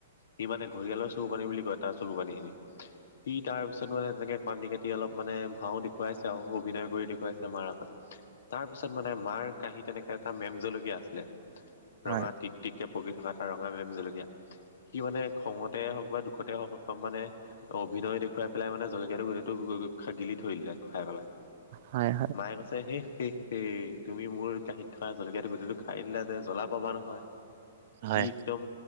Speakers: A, on the left (about 60°); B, on the right (about 45°).
A: সি মানে ঘৰিয়াঁলৰ চকু পানী বুলি কয়, তাৰ চকু পানীখিনি সি তাৰপিছত মানে তেনেকে কান্দি কাতি অলপ মানে ভাও দেখুৱাইছে আৰু অভিনয় কৰি দেখুৱাইছে মাৰ আগত। তাৰপিছত মানে মাৰ কাঁহীত তেনেকে এটা মেম জলকীয়া আছিলে
B: হয়
A: ৰঙা টিক টিককে পকি থকা এটা ৰঙা মেম জলকীয়া সি মানে খঙতে হওঁক বা দুখতে হওঁক অম মানে অভিনয় দেখুৱাই পেলাই মানে জলকীয়াটো গোটেইটো গ-গ-গিলি থৈ দিলে খাই পেলাই।
B: হয়
A: মায়ে কৈছে হে-হে-হেই তুমি মোৰ কাঁহিত থকা জলকীয়াটো গুটেইটো খাই দিলা যে জ্বলা পাবা নহয়।
B: হয়
A: সি
B: হয়
A: একদম